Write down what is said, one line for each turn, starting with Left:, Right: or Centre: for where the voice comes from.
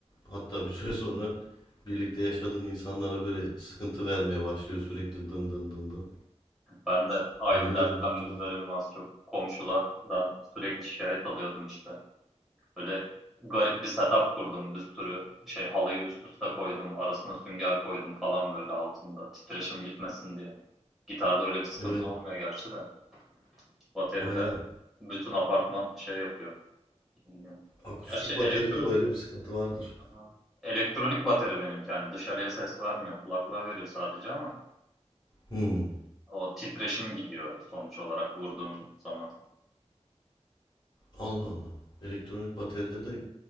Left: Hatta bir süre sonra birlikte yaşadığın insanlara böyle sıkıntı vermeye başlıyor sürekli dın dın dın dın.
Centre: Ben de aynı
Left: Öyle
Centre: dertten
Left: de bir botu
Centre: müzdaribim
Left: var.
Centre: az çok. Komşulardan sürekli şikayet alıyordum işte. Böyle garip bir setup kurdum. Bir sürü şey halıyı üst üste koydum. Arasına sünger koydum falan böyle altında. Titreşim gitmesin diye. Gitarda öyle bir sıkıntı
Left: Evet,
Centre: olmuyor gerçi de. Bateride
Left: aynen.
Centre: bütün apartman şey yapıyor. Dinliyor.
Left: Akustik
Centre: Gerçi elektron
Left: bateride öyle bir sıkıntı vardır.
Centre: Aha. elektronik bateri benimki. Yani dışarıya ses vermiyor. Kulaklığa veriyor sadece ama
Left: Hmm.
Centre: o titreşim gidiyor sonuç olarak vurduğun zaman.
Left: Allah Allah. Elektronik bateride de